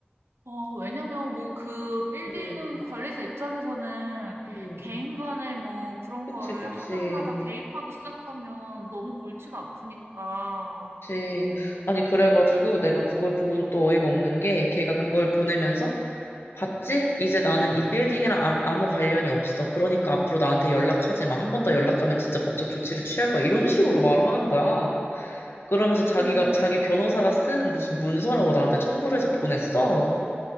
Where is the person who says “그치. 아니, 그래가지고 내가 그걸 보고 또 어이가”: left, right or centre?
Left